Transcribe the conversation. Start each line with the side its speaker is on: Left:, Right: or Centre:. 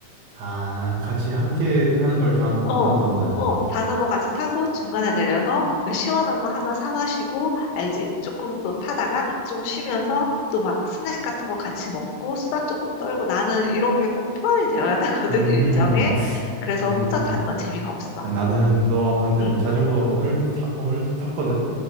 Right: 아, 같이 함께 하는 걸 좋아하는구나,
Left: 어,
Right: 너는.
Left: 어, 자전거 같이 타고 중간에 내려서 왜 시원한 거 하나 사 마시고, 알지? 조금 또 타다가 조금 쉬면서 또 막 스낵 같은 거 같이 먹고 수다 조금 떨고 나는 이런 게 꼭 포함이 되어야 <laughs> 되거든,
Right: 음,
Left: 일정에. 그래서
Right: 음.
Left: 혼자 타는 건 재미가 없어.
Right: 나는 너와 반대로
Left: 응,
Right: 자전거 오늘도 타, 오늘도 탔거든.